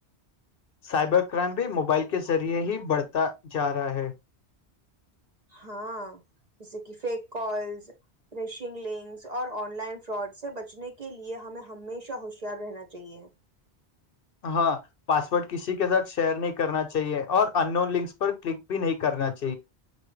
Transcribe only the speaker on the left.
سائبر کرائم بھی موبائل کے ذریعے ہی بڑھتا جا رہا ہے
ہاں پاسورڈ کسی کے ساتھ شیئر نہیں کرنا چاہیے اور ان لنکس پر کلک بھی نہیں کرنا چاہ